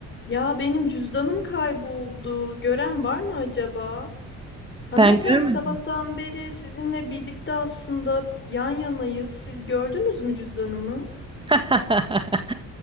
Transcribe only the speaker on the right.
Ben görmedim.
<laughs>